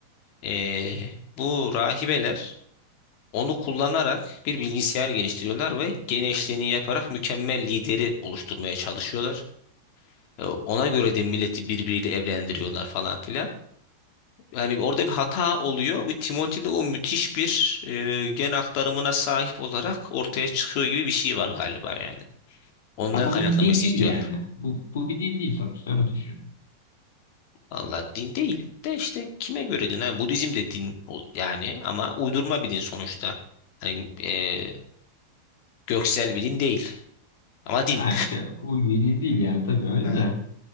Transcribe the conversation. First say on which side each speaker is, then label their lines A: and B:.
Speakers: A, on the left; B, on the left.
A: Ee, bu rahibeler onu kullanarak bir bilgisayar geliştiriyorlar ve genişliğini yaparak mükemmel lideri oluşturmaya çalışıyorlar. Ee, Ona göre de milleti birbiriyle evlendiriyorlar falan filan. Yani orada bir hata oluyor. Bu Timothy'de o müthiş bir e, gen aktarımına sahip olarak ortaya çıkıyor gibi bir şey var galiba yani. Ondan
B: Ama
A: kaynaklı
B: bu bir din
A: Mesih
B: değil
A: diyorlar.
B: yani. Bu, bu bir din değil sonuçta öyle düşün.
A: Valla din değil de işte kime göre din? Hani Budizm de din o- yani ama uydurma bir din sonuçta. Hani e, göksel bir din değil ama din.
B: Yani şey ulvi din değil yani tabii öyle
A: Ha.
B: de.